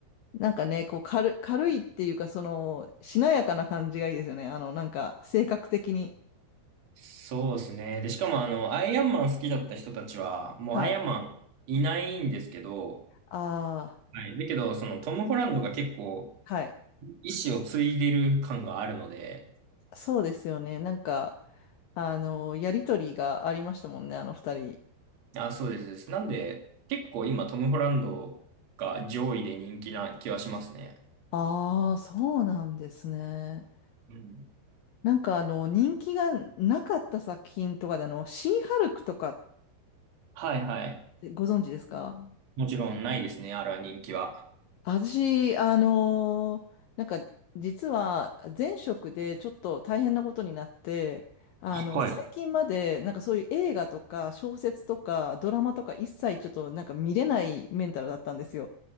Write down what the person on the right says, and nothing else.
そうですね。で、しかもあの、アイアンマン好きだった人たちは、もうアイアンマンいないんですけど、
はい。だけど、そのトム・ホランドが結構、
意志を継いでる感があるので、
あ、そうですです。なんで、結構今トム・ホランドが上位で人気な気はしますね。
うん。
はいはい。
もちろんないですね、あれは人気は。
はい。